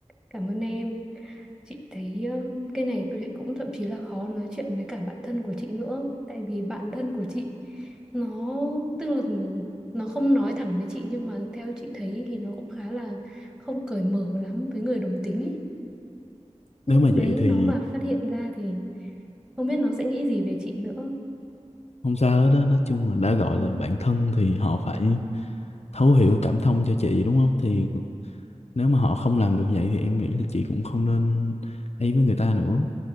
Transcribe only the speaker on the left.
nếu mà
vậy
thì
không sao hết đó nói chung là đã gọi là bạn thân thì họ phải thấu hiểu cảm thông cho chị đúng không thì nếu mà họ không làm được vậy thì em nghĩ là chị cũng không nên ấy với người ta nữa